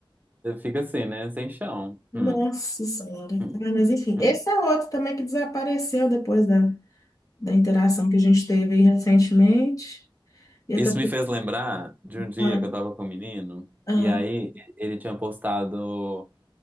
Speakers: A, on the right; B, on the left.
A: você fica assim, né? Sem chão.
B: Nossa
A: Hum,
B: senhora.
A: hum,
B: Ah, mas enfim,
A: hum.
B: esse é outro também que desapareceu depois da, da interação que a gente teve aí recentemente. E eu
A: Isso
B: também.
A: me fez lembrar de um dia
B: Ah,
A: que eu tava com um menino,
B: ah,
A: e aí ele tinha postado.